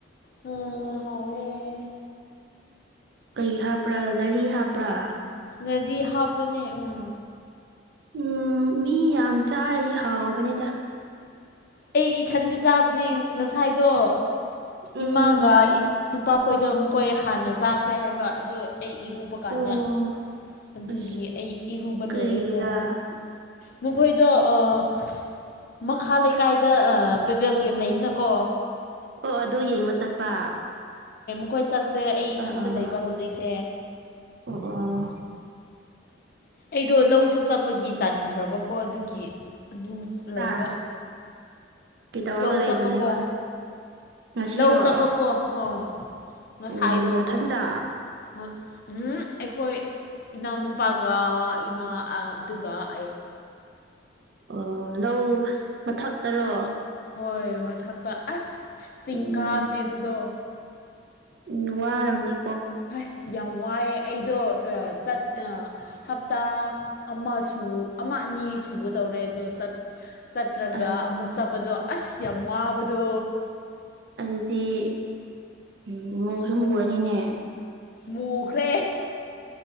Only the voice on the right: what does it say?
ꯀꯩ ꯍꯥꯞꯄ꯭ꯔꯥ ꯉꯥꯔꯤ ꯍꯥꯞꯄ꯭ꯔꯥ
ꯎꯝ ꯃꯤ ꯌꯥꯝ ꯆꯥꯔꯗꯤ ꯍꯥꯎꯕꯅꯦꯗ
ꯎꯝ
ꯑꯣ
ꯑꯁ
ꯀꯔꯤꯒꯤꯔꯥ
ꯑꯣ ꯑꯗꯣ ꯌꯦꯡꯕ ꯆꯠꯄ
ꯑꯥ ꯑꯥ
ꯑꯣ ꯑꯣ
ꯑꯥ ꯀꯩꯇꯧꯔꯒ
ꯂꯩꯕꯅꯦꯕ
ꯉꯁꯤꯔꯣ
ꯎꯝ ꯅꯊꯟꯇ
ꯑꯣ ꯂꯧ ꯃꯊꯛꯇꯔꯣ
ꯎꯝ
ꯎꯝ ꯋꯥꯔꯝꯅꯤ
ꯑ
ꯑꯗꯨꯗꯤ ꯎꯝ ꯃꯨꯁꯨ ꯃꯨꯔꯅꯤꯅꯦ